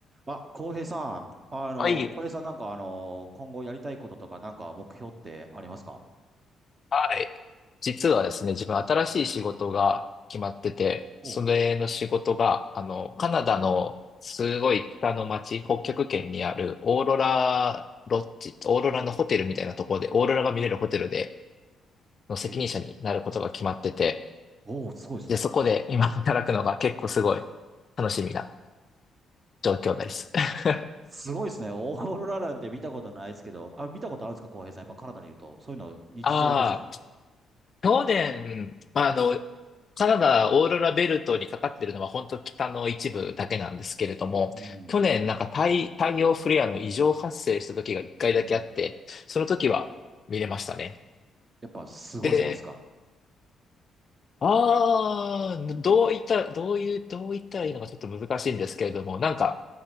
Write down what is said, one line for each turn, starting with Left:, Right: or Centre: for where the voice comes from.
Right: あ、浩平さん、あの、
Left: はい。
Right: 浩平さんなんかあの、今後やりたいこととかなんか目標ってありますか
Left: はい。実はですね、自分新しい仕事が決まってて、
Right: お、
Left: それの仕事が、あの、カナダのすごい北の町、北極圏にあるオーロラロッジ、オーロラのホテルみたいなところで、オーロラが見れるホテルでの責任者になることが決まってて、
Right: え、おー、すごいですね。
Left: で、そこで今働くのが結構すごい楽しみな状況です。<laughs>
Right: すごいですね。オーロラなんて見たことないですけど、あ、見たことあるんですか、浩平さん。やっぱカナダにいると。そういうの日常ですか
Left: あ去年、あの、カナダオーロラベルトにかかってるのは本当北の一部だけなんですけれども、
Right: うん、
Left: 去年なんか太、太陽フレアの異常発生した時が一回だけあって、
Right: うん。
Left: その時は見れましたね。
Right: やっぱすごいもんですか
Left: で、ああ、どういった、どういう、どういったらいいのかちょっと難しいんですけれども、なんか、